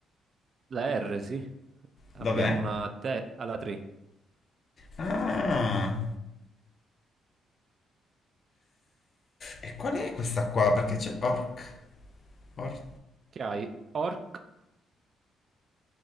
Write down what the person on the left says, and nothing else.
Dov'è?
Ah. E qual è questa qua? Perché c'è orc? Or-